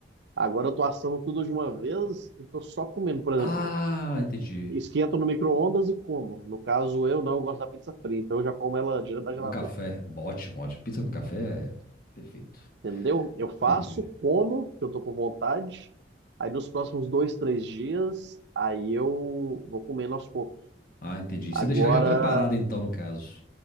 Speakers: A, on the right; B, on the left.
A: Agora eu tô assando tudo de uma vez e tô só comendo. Por exemplo,
B: Ah, entendi.
A: Esquento no micro-ondas e como. No caso, eu não eu gosto da pizza fria, então eu já como ela direto da
B: Então,
A: geladeira.
B: Com café. Ótimo, ótimo. Pizza com café é perfeito.
A: Entendeu? Eu faço,
B: Entendi.
A: como, que eu tô com vontade. Aí nos próximos dois, três dias, aí eu vou comendo aos poucos.
B: Ah, entendi.
A: Agora,
B: Você deixa ela já preparada, então, no caso.